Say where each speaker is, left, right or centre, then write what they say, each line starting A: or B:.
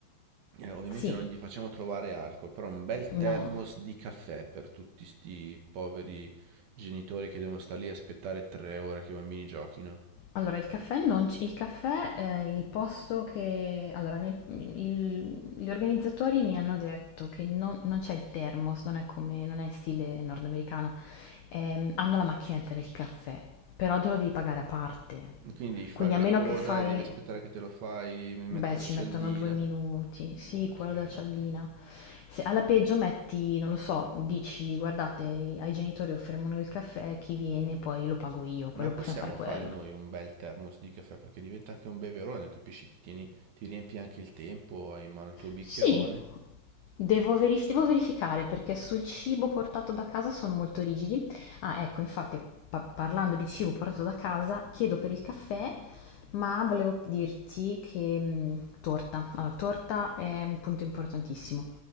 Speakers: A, on the right; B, on the left.
A: Eh, ovviamente
B: Sì,
A: non gli facciamo trovare alcol, però un bel
B: no,
A: thermos di caffè per tutti sti poveri genitori che devono stare lì a aspettare tre ore che i bambini giochino.
B: Allora, il caffè non c il caffè, ehm, il posto che allora nel il gli organizzatori mi hanno detto che non non c'è il thermos, non è come non è in stile nordamericano. Ehm, hanno la macchinetta del caffè, però te lo devi pagare a parte.
A: Quindi devi fare
B: Quindi
A: la
B: a meno
A: coda
B: che fai
A: e devi aspettare che te lo fai, mi mette
B: beh,
A: la
B: ci
A: cialdina.
B: mettono 2 minuti. Sì,
A: Ok,
B: quello della cialdina.
A: ok.
B: Se alla peggio metti, non lo so, dici: "Guardate, ai genitori offriamo noi il caffè, chi viene poi lo pago io", quello
A: Ma possiamo
B: possiamo fare quello.
A: fare noi un bel thermos di caffè perché diventa anche un beverone, capisci? Ti tieni- ti riempi anche il tempo, hai in mano il tuo bicchierone.
B: Sì, devo verif- devo verificare perché sul cibo portato da casa sono molto rigidi. Ah, ecco, infatti, pa- parlando di cibo portato da casa, chiedo per il caffè, ma volevo dirti che mh, torta. Allora, torta è un punto importantissimo.